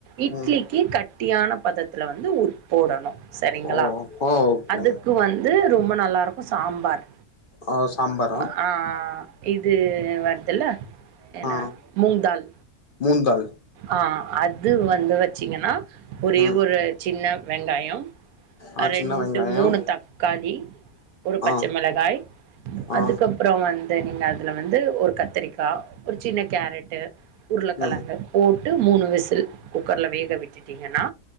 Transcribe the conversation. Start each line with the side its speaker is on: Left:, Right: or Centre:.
Right: இட்லிக்கு
Left: ம்
Right: கட்டியான பதத்துல வந்து ஊத் போடணு சரிங்களா
Left: ஓஹோ ஓகேங்க
Right: அதுக்கு வந்து ரொம்ப நல்லாருக்கு சாம்பார்
Left: ஓ சாம்பார்
Right: ஆ ஆ ஆ இது வர்துல்ல ஏனா
Left: ஆ
Right: மூந்தால்
Left: மூந்தால்
Right: ஆ அது வந்து வச்சீங்கன்னா ஒரே
Left: ம்
Right: ஒரு சின்ன வெங்காயம்
Left: ஆ
Right: அ
Left: சின்ன
Right: ரெண்டு
Left: வெங்காயோ
Right: மூணு தக் காளி ஒரு பச்ச
Left: ஆ
Right: மிளகாய்
Left: ஆ
Right: அதுக்கப்றோ வந்து நீங்க அதுல வந்து ஒரு கத்தரிக்கா ஒரு சின்ன கேரட்டு உருளக்கெழங்கு
Left: ம்
Right: போட்டு மூணு விசில் குக்கர்ல வேக விட்டுட்டீங்கன்னா